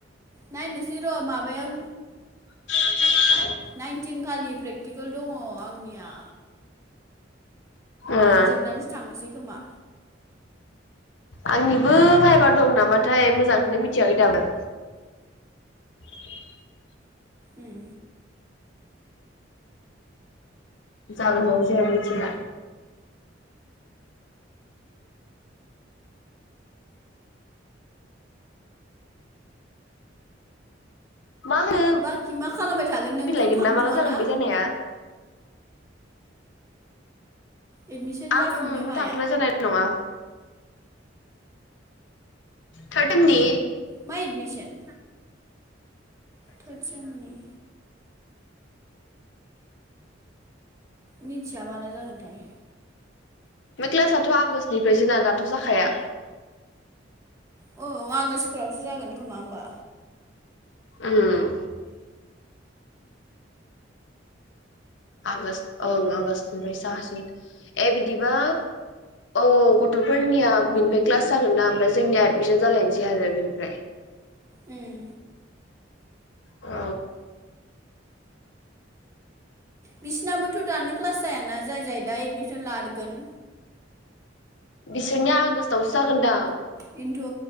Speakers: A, on the right (about 15°); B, on the left (about 70°).
A: नायनोसै र' माबायाव
B: <unintelligible>
A: नाइनटिन खालि प्रेक्टिकोल दङ आंनिया
B: ओ
A: इ जोबनानैसो थांनोसै खोमा
B: आंनिबो भायबा दं नामाथाय मोजांखौनो मिथियाखै <unintelligible>
A: उम
B: जागोनना जाया मिथिला मा होनो
A: बाखि मा खालामबाय थागोन नोंथ'
B: फैलायगोन
A: थांथ'वाना
B: ना माला जागोन बे जानाया
A: एडमिसन
B: आं
A: जाफिननो
B: ओहो
A: माया
B: थांथ'नाय जानाय नङा थारटिननि
A: मा एडमिसन थार्द सेमनि मिथिया माला जागोनथाय
B: बे क्लासाथ' आगष्टनिफ्रायसोना दाथ' जाखाया
A: औ आगष्टफोरावसो जागोन खोमा होमबा
B: उम आगष्ट ओं आगष्टनिफ्राय जासि ए बिदिबा औ गथ'फोरनिया बिनिफ्राय क्लास जागोनना ओमफ्राय जोंनिया एडमिसन जालायनोसै आरो बेनिफ्राय
A: उम
B: अ
A: बिसिनाबोथ' दानो क्लास जायाना जाय जाय दा एडमिसन लागोन
B: बिसोरनिया आगष्टावसो जागोनदां
A: खिन्थु